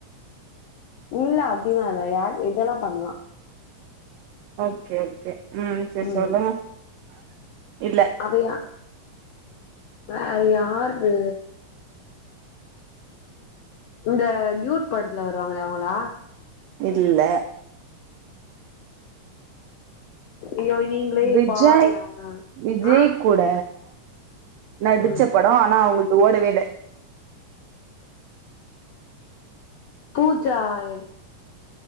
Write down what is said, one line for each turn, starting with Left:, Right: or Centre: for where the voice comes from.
Left: இல்ல அப்டிலா இல்ல யார் இதெல்லா பண்லா
Right: ஓகே ஓகே ம் சரி
Left: ம்
Right: சொல்லுங்க இல்ல
Left: அவ யா வேற யாரு இந்த டியூட் படத்துல வருவாங்ளே அவங்களா
Right: இல்ல
Left: ஐயோ நீங்களே
Right: விஜய்
Left: பாருங்க
Right: விஜய்
Left: ஆ
Right: கூட நடிச்ச
Left: ம்
Right: படொ ஆனா அவங்குல்து ஓடவே இல்ல
Left: பூஜாய்